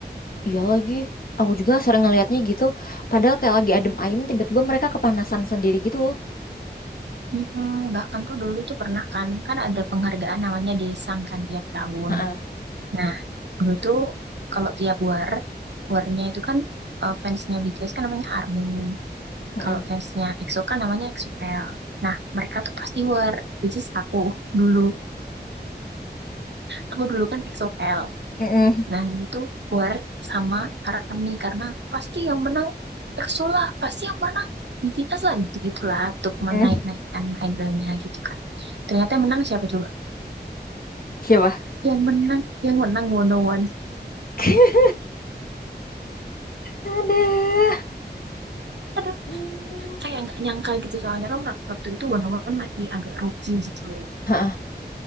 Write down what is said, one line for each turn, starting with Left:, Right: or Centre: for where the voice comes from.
Left: Iya lagi, aku juga sering ngelihatnya gitu. Padahal kayak lagi adem ayem, tiba-tiba mereka kepanasan sendiri gitu.
Right: Mm-mm, bahkan tuh dulu tuh pernah kan, kan ada penghargaan namanya Desang kan tiap tahun.
Left: Heeh,
Right: Nah, dulu tuh kalau tiap war, warnya itu kan eh, fansnya BTS kan namanya ARMY.
Left: heeh,
Right: Kalau fansnya EXO kan namanya EXO-L. Nah, mereka tuh pasti war, which is aku <laughs> dulu. Aku dulu kan EXO-L.
Left: heeh,
Right: Nah, dulu tuh war sama ARMY karena pasti yang menang EXO lah, pasti yang menang BTS lah, gitu-gitulah untuk
Left: heeh.
Right: menaik-naikkan idolnya gitu kan. Ternyata yang menang siapa coba?
Left: Siapa?
Right: yang menang yang menang Wono One
Left: <laughs> Ada.
Right: aduh
Left: Hmm.
Right: kayak nggak nyangka gitu soalnya kan waktu itu Wono One masih agak rookie gitu loh
Left: Heeh. <laughs>